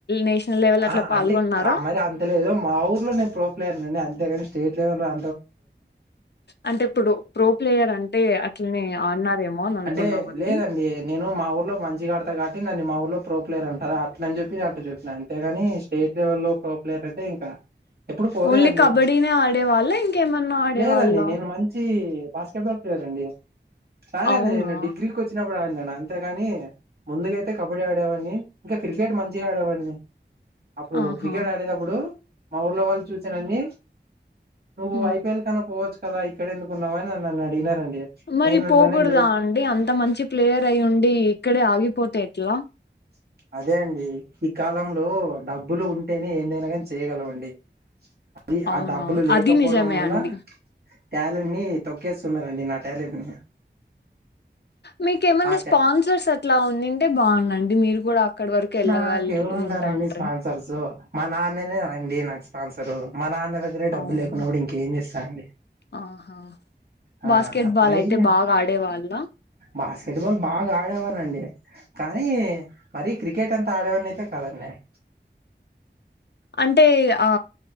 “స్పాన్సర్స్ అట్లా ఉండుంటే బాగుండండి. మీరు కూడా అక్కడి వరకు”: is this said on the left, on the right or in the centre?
Left